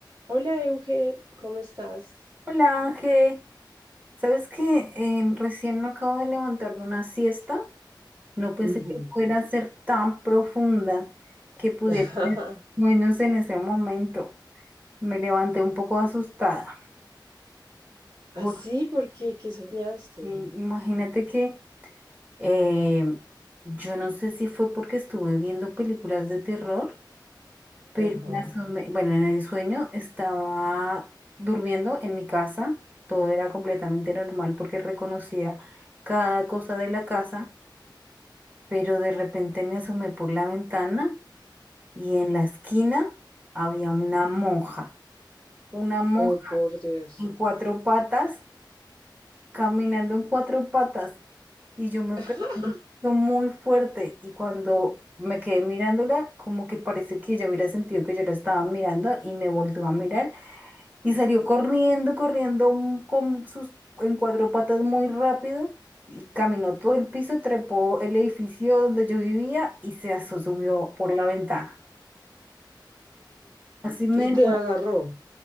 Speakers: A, on the right; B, on the right.
A: Hola Euge, ¿cómo estás?
B: Hola Ángel, ¿sabes que recién me acabo de levantar de una siesta. No pensé
A: Ujú.
B: que fuera a ser tan profunda que pudiera
A: <laughs>
B: ser menos en ese momento. Me levanté un poco asustada
A: Así
B: porque
A: porque ¿qué soñaste?
B: imagínate que em, yo no sé si fue porque estuve viendo películas de terror. Pero
A: Ajá.
B: me asomé- bueno, en el sueño estaba durmiendo en mi casa, todo era completamente normal porque reconocía cada cosa de la casa, pero de repente me asomé por la ventana y en la esquina había una monja, una monja
A: Oh, por Dios.
B: en cuatro patas, caminando en cuatro patas y yo me
A: <laughs>
B: pregunto muy fuerte y cuando me quedé mirándola, como que parece que ella hubiera sentido que yo la estaba mirando y me volvió a mirar. Y salió corriendo, corriendo mm, con sus en cuatro patas muy rápido y caminó todo el piso, trepó el edificio donde yo vivía y se aso- subió por la ventana. Así me...
A: Y te agarró.